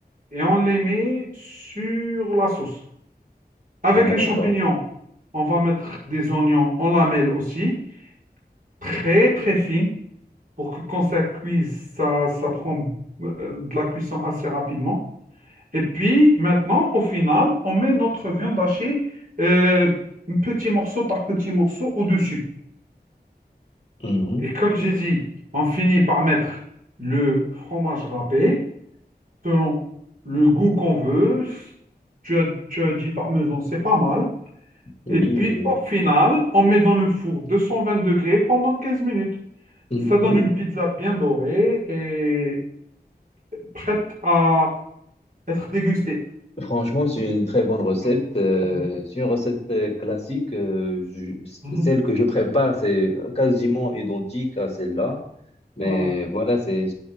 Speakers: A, on the right (about 55°); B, on the left (about 35°).
A: et on les met sur la sauce. Avec
B: D'accord.
A: les champignons, on va mettre des oignons en lamelles aussi, très très fines. pour que quand ça cuise, ça, ça prend euh, de la cuisson assez rapidement. Et puis maintenant, au final, on met notre viande hachée euh, petit morceau par petit morceau au-dessus.
B: Mhm.
A: Et comme j'ai dit, on finit par mettre le fromage râpé selon le goût qu'on veut. Tu as, tu as dit parmesan, c'est pas mal.
B: Oui,
A: Et puis
B: oui.
A: au final, on met dans le four 220 degrés pendant 15 minutes.
B: Mm,
A: Ça donne
B: Oui,
A: une pizza bien dorée et prête à être dégustée.
B: franchement, c'est une très bonne recette.
A: Mhm.
B: euh,
A: Mhm.
B: c'est une recette euh, classique. euh, je-
A: Mhm.
B: celle que je prépare, c'est quasiment identique à celle-là. Mais
A: Voilà.
B: voilà, c'est